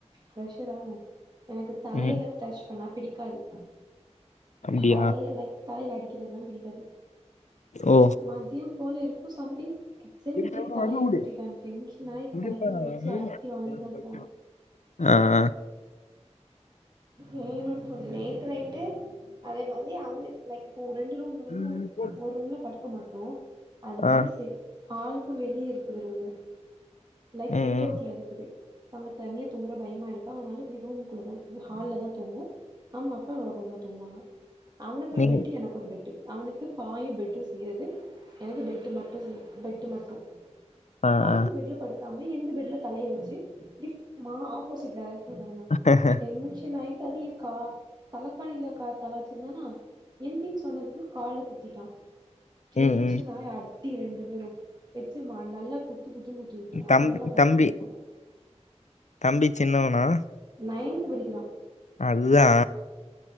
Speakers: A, on the right; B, on the left.
A: ப்ரெஷர் ஆவு எனக்கு தலையில
B: ம்
A: டச் பண்ணா பிடிக்காது
B: அப்டியா
A: தலைய லைக் தலையில அடிக்கிறதெல்லா பிடிக்காது
B: ஓ
A: மதியோ போல இருக்கு சம்திங் கிச்சனுக்கே
B: இஷ்ட கூட
A: தலையில
B: வரணு கூடி
A: தட்டிட்டா டென்ஷன் ஆயி
B: <unintelligible>
A: கையில வச்சு அடி வாங்கிட்டு தா போனா
B: அ அ
A: வேணுன்னு சொல்லி நேத்து நைட்டு அதே மாதிரி அவனுக்கு லைக் இப்போ ரெண்டு ரூம்ல வந்து
B: ம்.
A: ஒரு ரூம்ல படுக்க மாட்டோ அது
B: ஆ
A: வந்து ஹாலுக்கும் வெளிய இருக்குது ரூமு லைக்
B: ம்
A: சிட்
B: ம்
A: அவுட்ல இருக்குது அங்க தனியா தூங்குற பயமா இருக்கா அதனால ரூம் குள்ள தா ஹால்ல தா தூங்குவோ அம்மா அப்பா ஒரு ரூம்ல தூங்குவாங்க அவனுக்கு ஒரு
B: நீங்க
A: பெட்டு எனக்கு ஒரு பெட்டு அவனுக்கு பாய் பெட்டும் செய்றது எனக்கு பெட்டு மட்டு செய் பெட்டு மட்டு
B: ஆ
A: அவுந்த
B: ஆ
A: பெட்ல படுக்காம எந்து பெட்ல தலைய வச்சு டிப் மா ஆப்போசிட் டைரக்சன்ல கெடந்தா.
B: ஆ
A: டென்ஷசன் ஆயிட்ட அது ஏ கா தலைக்காணில கா தல வச்சிருந்தானா எந்தின்னு சொன்னதுக்கு கால்ல குத்திட்டா டென்ஷன்
B: ம் ம்
A: அயி அடி ரெண்டு பேரு வெச்சுமா நல்லா குத்து குத்து குத்து விட்டா
B: தம்பி
A: அப்றோ தா பேசாம
B: தம்பி
A: வுட்டா
B: தம்பி சின்னவனா
A: நைன்த் படிக்கிறா
B: அதுதா